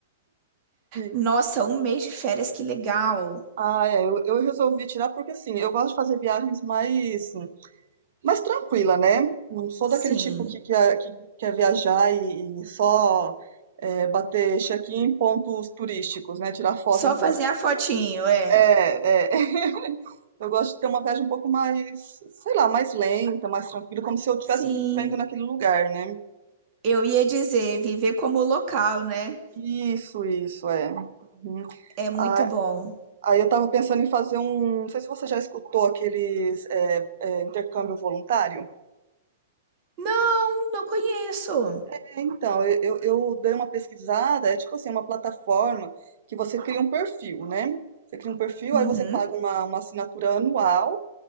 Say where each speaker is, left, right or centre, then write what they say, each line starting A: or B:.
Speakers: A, on the right; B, on the right.
A: <laughs>
B: Nossa, um mês de férias, que legal.
A: Ah, é, eu, eu resolvi tirar porque, assim, eu gosto de fazer viagens mais, mais tranquila, né? Não sou
B: Sim.
A: daquele tipo que, que, é- que quer viajar e, e só... é, bater check-in em pontos turísticos, né? Tirar foto
B: Só
A: em pontos
B: fazer a fotinho, é.
A: É, é, <laughs> eu gosto de ter uma viagem um pouco mais, sei lá, mais lenta, mais tranquila, como se eu estivesse
B: Sim.
A: vivendo naquele lugar, né?
B: Eu ia dizer, viver como local, né?
A: Isso, isso, é. Uhum.
B: É muito
A: Ah,
B: bom.
A: Aí eu tava pensando em fazer um. Não sei se você já escutou aqueles é, é, intercâmbio voluntário.
B: Não, não conheço.
A: É, então, eu, eu eu dei uma pesquisada, é tipo assim, uma plataforma que você cria um perfil, né? Você cria um perfil,
B: Uhum.
A: aí você paga uma, uma assinatura anual.